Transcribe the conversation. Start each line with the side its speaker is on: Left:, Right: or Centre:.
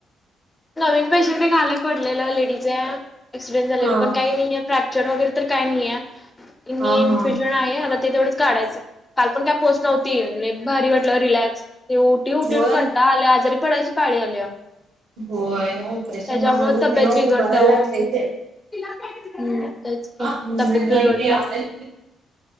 Left: नवीन पैशंट घालायक पडलेलं लेडीज आहे ऍक्सिडेंट झालेलं
Right: हा
Left: पण काही नाहीय फ्रॅक्चर वगैरे तर काय नाहीे
Right: हा
Left: इन्फ्युजन
Right: हा.
Left: आहे आता ते तेथवढंच काढायचं काल पण का पोस्ट नव्हती लाक भारी वाटलं रिलॅक्स उठठी उठठी
Right: होय
Left: आल्या आजारी पडायची पाळी आल्या
Right: होय ऑपरेशन
Left: त्याच्यामुळे
Right: ला हालू
Left: तब्येत
Right: तेव
Left: बिघडत्या
Right: बरा लागते
Left: ओ हम्म तेच की
Right: ह नाही
Left: तब्येत बिघडत्या
Right: नाही